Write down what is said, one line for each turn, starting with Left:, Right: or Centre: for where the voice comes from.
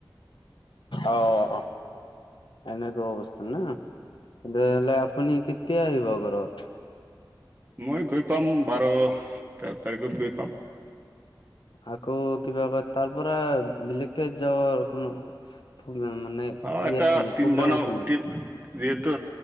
Left: অ' অহ। এনেকুৱা অৱস্থা না, তেনেহ'লে আপুনি কেতিয়া আহিব ঘৰত।
Right: মই গৈ পাম বাৰ, তেৰ তাৰিখত গৈ পাম।
Left: আকৌ কিবা কয়, তাৰ পৰা বেলেক গাড়ীত যাৱাৰ কোনো মানে ই
Right: অ', এটা
Left: আছেনে? নেকি
Right: টিম
Left: প্ৰগ্ৰেম
Right: বনাও
Left: আছে নেকি?
Right: টিম যিহেতু